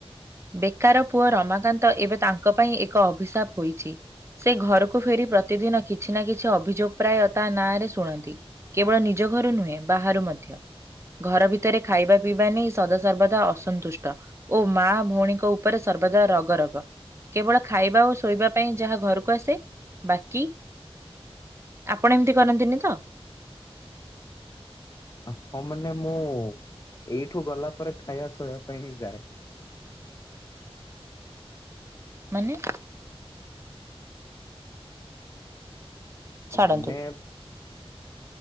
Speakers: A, on the right (about 25°); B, on the left (about 35°).
A: ବେକାର ପୁଅ ରମାକାନ୍ତ ଏବେ ତାଙ୍କ ପାଇଁ ଏକ ଅଭିଶାପ ହୋଇଛି। ସେଇ ଘରକୁ ଫେରି ପ୍ରତିଦିନ କିଛି ନା କିଛି ଅଭିଯୋଗ ପ୍ରାୟ ତା ନାଁରେ ଶୁଣନ୍ତି। କେବଳ ନିଜ ଘରୁ ନୁହେଁ ବାହାରୁ ମଧ୍ୟ। ଘର ଭିତରେ ଖାଇବା ପିଇବା ନେଇ ସଦାସର୍ବଦା ଅସନ୍ତୁଷ୍ଟ ଓ ମା ଭଉଣୀଙ୍କ ଉପରେ ସର୍ବଦା ରଗ ରଗ କେବଳ ଖାଇବା ଓ ଶୋଇବା ପାଇଁ ଯାହା ଘରକୁ କୁ ଆସେ ବାକି ଆପଣ ଏମିତି କରନ୍ତିନି ତ?
B: ଆପଣ ମାନେ ମୁଁ ଏଇଠୁ ଗଲା ପରେ ଖାଇବା ଶୋଇବା ପାଇଁ ହିଁ ଯାଏ।
A: ମାନେ? ଛାଡନ୍ତୁ
B: ମାନେ?